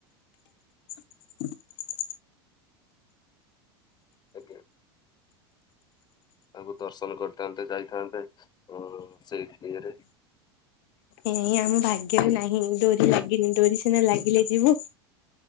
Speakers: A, on the left; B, on the left.
A: <unintelligible>
B: ଆଜ୍ଞା! ତାଙ୍କୁ ଦର୍ଶନ କରିଥାନ୍ତେ ଯାଇଥାନ୍ତେ। ଅ ସେଇ ଇଏରେ
A: ଏଇ ଆମ ଭାଗ୍ୟ ରେ ନାହିଁ ଡୋରି ଲାଗିନି ଡୋରି ସିନା ଲାଗିଲେ ଯିବୁ।